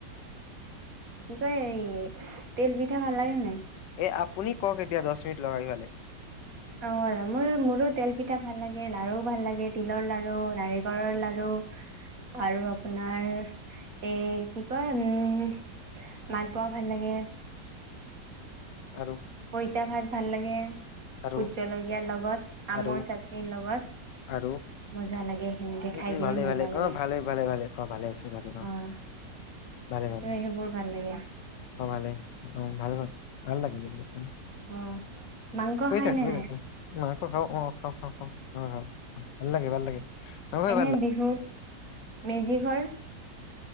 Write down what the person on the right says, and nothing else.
তই এই তেল পিঠা ভাল লাগে নাই?
অ', মোৰ মোৰো তেল পিঠা ভাল লাগে। লাড়ু ভাল লাগে। তিলৰ লাড়ু, নাৰিকলৰ লাড়ু আৰু আপোনাৰ এই কি কয়, উম মালপোৱা ভাল লাগে।
পইতা-ভাত ভাল লাগে।
ভোট জলকীয়াৰ লগত, আমৰ
চাটনিৰ লগত,
মজা লাগে হেনেকে
খাই
কিনে
মজা
লাগে।
অ',
সেইটোৱে
সেইবোৰ ভাল লাগে।
অ', <unintelligible>
নাই
এনে বিহুত মেজি ঘৰ